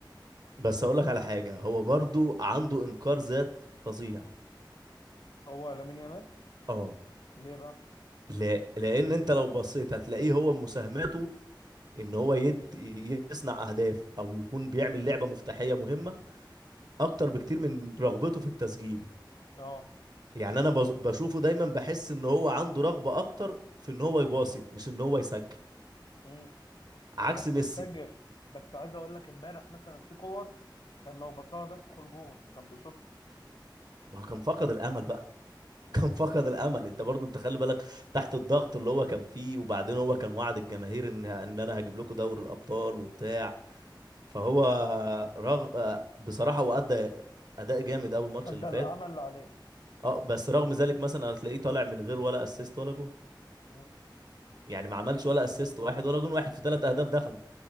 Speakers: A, on the right (about 55°); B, on the left (about 70°).
A: بس اقول لك على حاجة هو برضو عنده انكار ذات فظيع
B: هو لامين يامال
A: اه
B: ليه بقى
A: لا لان انت لو بصيت هتلاقيه هو مساهماته ان هو يدي يصنع اهداف او يكون بيعمل لعبه مفتاحيه مهمه اكتر بكتير من رغبته في التسجيل
B: اه
A: يعني انا بز- بشوفه دايما بحس ان هو عنده رغبه اكتر في ان هو يباصي مش ان هو يسجل
B: امم
A: عكس
B: بس
A: ميسي
B: بتسجل بس عايز اقول لك امبارح مثلا في كور كان لو بصاها ده تدخل جول كان بيشوطها
A: ما هو كان فقد الامل بقى
B: امم
A: <laughs> كان فقد الامل انت برضه انت خلي بالك تحت الضغط اللي هو كان فيه وبعدين هو كان وعد الجماهير ان ان انا هجيب لكم دوري الابطال وبتاع فهو رغ... آه، بصراحة هو أدى أداء جامد أول ماتش
B: ادى
A: اللي فات
B: الامل اللي عليه
A: اه بس رغم ذلك مثلا هتلاقيه طالع من غير ولا اسيست ولا جون
B: امم
A: يعني ما عملش ولا اسيست واحد ولا جون واحد في ثلاث أهداف دخلوا